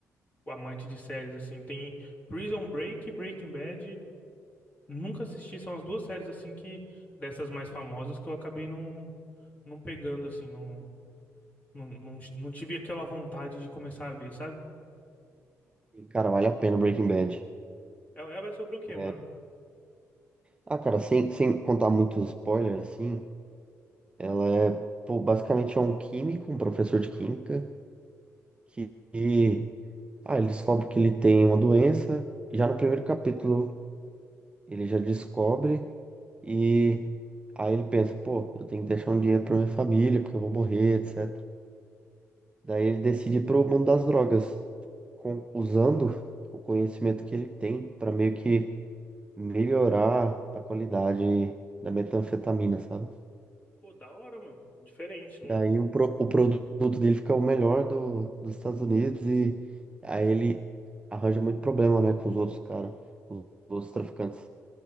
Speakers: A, on the left; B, on the right.
A: amante de séries, assim. Tem Prison Break e Breaking Bad. Nunca assisti, são as duas séries, assim, que dessas mais famosas que eu acabei não, não pegando, assim, não, não, não, não tive aquela vontade de começar a ver, sabe?
B: E, cara, vale a pena Breaking Bad.
A: Ela ela é sobre o quê,
B: É.
A: mano?
B: Ah, cara, sem, sem contar muitos spoilers, assim, ela é, pô, basicamente é um químico, um professor de química, que, que- ah, ele descobre que ele tem uma doença. e Já no primeiro capítulo Ele já descobre e aí ele pensa, pô, eu tenho que deixar um dinheiro pra minha família, porque eu vou morrer, etc. Daí ele decide ir pro mundo das drogas, com- usando o conhecimento que ele tem pra meio que melhorar a qualidade da metanfetamina, sabe?
A: Pô, da hora, mano. Diferente, não...
B: Daí
A: <laughs>
B: o, pro- o produto dele fica o melhor do, dos Estados Unidos e aí ele arranja muito problema, né, com os outros caras, os outros traficantes.